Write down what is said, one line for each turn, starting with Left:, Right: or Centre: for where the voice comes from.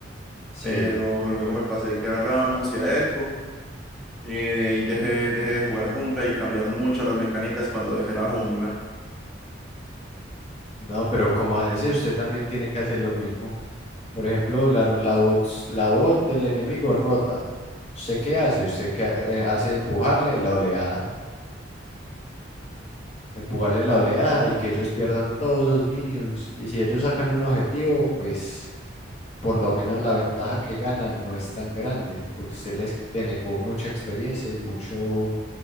Left: Sí,
Centre: pero luego me pasé que a Rammus y a Echo Y de ahí dejé, dejé de jugar jungla y cambiaron mucho las mecánicas cuando dejé la jungla.
Left: no, pero como a veces usted también tiene que hacer lo mismo. Por ejemplo, la, la voz, la voz del enemigo rota. ¿Usted qué hace? Usted qué ha- eh, hace empujarle la oleada, empujarle la oleada y que ellos pierdan todos los minions. Y si ellos sacan un objetivo, pues por lo menos la ventaja que ganan no es tan grande, porque usted les denegó mucha experiencia y mucho,